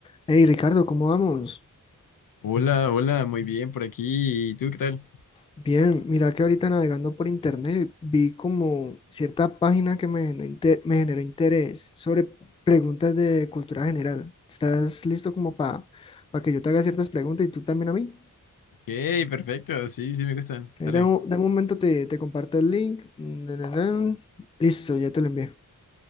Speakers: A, on the left (about 15°); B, on the left (about 70°).
A: Hey Ricardo, ¿cómo vamos?
B: Hola, hola, muy bien por aquí. ¿Y tú qué tal?
A: Bien, mira que ahorita navegando por internet vi como cierta página que me generó, inte- me generó interés sobre preguntas de cultura general. ¿Estás listo como para que yo te haga ciertas preguntas y tú también a mí?
B: Ok, perfecto. Sí, sí, me gustan.
A: Eh,
B: Dale.
A: Dame un, dame un momento, te, te comparto el link. Na, na, na. Listo, ya te lo envié.